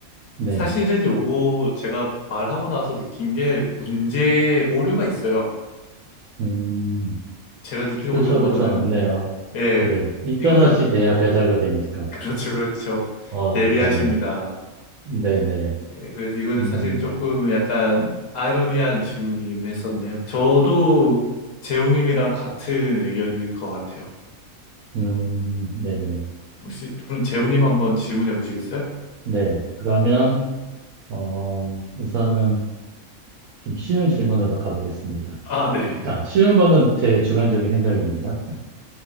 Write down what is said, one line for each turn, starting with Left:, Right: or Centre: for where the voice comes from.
Right: 네.
Left: 사실은 요거 제가 말하고 나서 느낀 게 문제의 오류가 있어요.
Right: 음,
Left: 제가 느낀
Right: 그쵸,
Left: 오류가 뭐냐면,
Right: 그쵸, 맞네요.
Left: 예,
Right: 네. 인터넷이
Left: 이거는,
Right: 돼야 배달도 되니까.
Left: <laughs> 그렇죠, 그렇죠.
Right: 어,
Left: 예리하십니다.
Right: 그러네요. 네네.
Left: 예, 그래서 이거는
Right: 음,
Left: 사실 조금 약간 아이러니한 질문이기는 했었네요. 저도 재우님이랑 같은 의견일 것 같아요.
Right: 음, 네네. 네.
Left: 혹시 그럼 재우님 한번 질문해 보시겠어요?
Right: 네, 그러면, 어, 우선은 좀 쉬운 질문으로 가보겠습니다.
Left: 아, 네.
Right: 아, 쉬운 거는 제 주관적인 생각입니다.